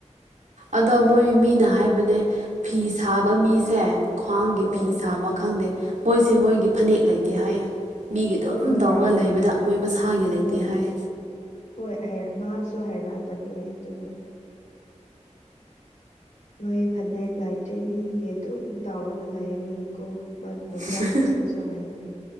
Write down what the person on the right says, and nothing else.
ꯑꯗꯣ ꯃꯣꯏ ꯃꯤꯅ ꯍꯥꯏꯕꯅꯦ ꯐꯤ ꯁꯥꯕ ꯃꯤꯁꯦ꯫ ꯈ꯭ꯋꯥꯡꯒꯤ
ꯐꯤ ꯁꯥꯕ ꯈꯪꯗꯦ ꯃꯣꯏꯁꯦ ꯃꯣꯏꯒꯤ ꯐꯅꯦꯛ ꯂꯩꯇꯦ ꯍꯥꯏꯌꯦ꯫ ꯃꯤꯒꯤ ꯑꯗꯨꯝ
ꯇꯧꯔꯒ
ꯂꯩꯕꯗ ꯃꯣꯏ ꯃꯁꯥꯒꯤ
ꯂꯩꯇꯦ ꯍꯥꯏ꯫
ꯏꯆꯥꯅꯨꯄꯤꯁꯨ